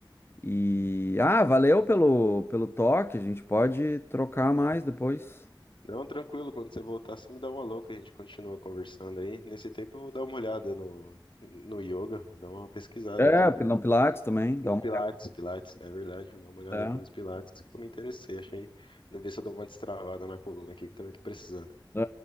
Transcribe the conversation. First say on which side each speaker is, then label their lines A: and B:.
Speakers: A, on the left; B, on the left.
A: E, ah, valeu pelo, pelo toque, a gente pode trocar mais depois.
B: Não, tranquilo, quando você voltar, você me dá uma louca, a gente continua conversando aí. Nesse tempo eu vou dar uma olhada no, no yoga, vou dar uma pesquisada
A: É,
B: aqui.
A: no Pilates também, dá
B: Nos
A: uma.
B: Pilates, Pilates, é verdade, vou dar uma olhada
A: É,
B: aqui nos Pilates, que eu me interessei, achei. Deve ver se eu dou uma destravada na coluna aqui, que eu também tô precisando.
A: é,